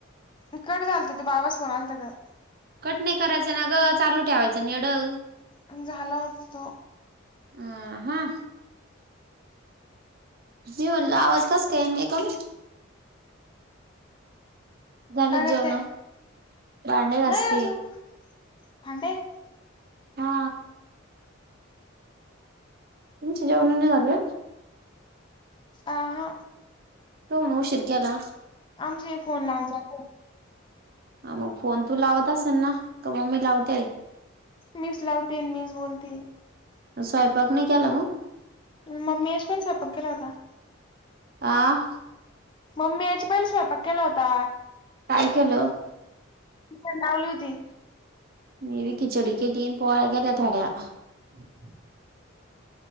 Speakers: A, on the left; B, on the right.
A: नी कट झालता, ते बाबाचा फोन आलता तर.
B: कट नई करायचं ना गं, चालू ठेवायचा नं यडं!
A: अन झालाच तो.
B: अं, हं. मी म्हणलं, आवाज कस काय येईना लई कमी? झाले
A: काय
B: का
A: करते,
B: जेवण भांडे घासते
A: नई अजूक, भांडे?
B: हा. तुमची जेवणं नई झाले?
A: आं हं.
B: कमून उशीर केला?
A: आमचेही फोन लावून झाले.
B: हं मग फोन तू लावत असन ना, तर मग मी लावतेय.
A: मीच लावतेय अन मीच बोलतेय.
B: स्वयंपाक नई केला मग?
A: <unintelligible> पण स्वयंपाक केला होता.
B: आ?
A: मम्मी यायच्या पहिले, स्वयंपाक केला होता.
B: काय केलं?
A: खिचडी लावली होती.
B: मी बी, खिचडी केली नी, पोळ्या केल्या थोड्या. <inaudible>